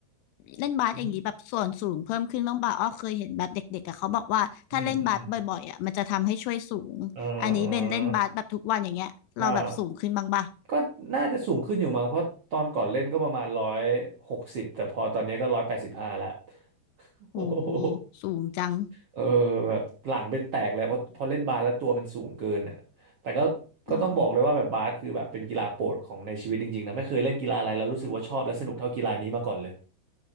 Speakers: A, on the left; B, on the right.
A: เล่นบาสอย่างนี้แบบส่วนสูงเพิ่มขึ้นบ้างป่ะอ้อเคยเห็นแบบเด็กๆอะเขาบอกว่าถ้าเล่นบาสบ่อยๆอะมันจะทำให้ช่วยสูงอันนี้เบนเล่นบาสแบบทุกวันอย่างเงี้ยเราแบบสูงขึ้นบ้างป่ะ
B: อืมอืมอืมเออใช่ ก็น่าจะสูงขึ้นอยู่มั้งเพราะตอนก่อนเล่นก็ประมาณร้อยหกสิบแต่พอตอนนี้ก็ร้อยแปดสิบห้าละ <laughs>
A: โอ้
B: โอ้โห
A: สูงจัง
B: เออแบบหลังเป็นแตกเลยเพราะพอเล่นบาสแล้วตัวมันสูงเกินน่ะแต่ก็ก็ต้องบอกเลยว่าแบบบาสคือแบบเป็นกีฬาโปรดของในชีวิตจริงๆนะไม่เคยเล่นกีฬาอะไรแล้วรู้สึกว่าชอบและสนุกเท่ากีฬานี้มาก่อนเลย
A: หรอ